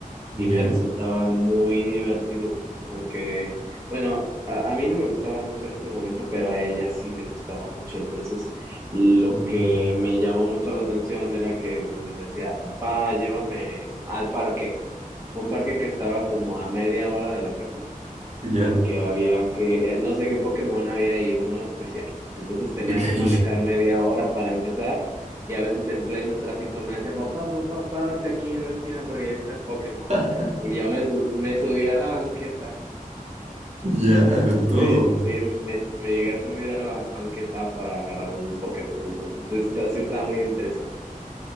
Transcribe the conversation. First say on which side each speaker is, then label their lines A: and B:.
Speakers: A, on the right (about 50°); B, on the right (about 20°).
A: Ya,
B: y me resultaba muy divertido porque, bueno, a, a mí no me gustaba mucho en ese momento, pero a ella sí le gustaba mucho. Entonces, lo
A: entiendo.
B: que me llamó mucho la atención era que pues, me decía, papá, llévame al parque, un parque que estaba como a media hora de la casa
A: Ya,
B: porque había que, eh, no sé qué Pokémon había ahí, uno especial. Entonces tenía
A: ok.
B: que manejar media hora para empezar y a veces en pleno tráfico me decía, papá, papá, párate aquí en la esquina porque ya está el Pokémon.
A: <laughs>
B: Y yo me, su- me subí a la banqueta,
A: Ya, con todo.
B: me, sí, me, me llegué a subir a la banqueta para agarrar un Pokémon. Entonces, sí está, sí estaba muy interesante.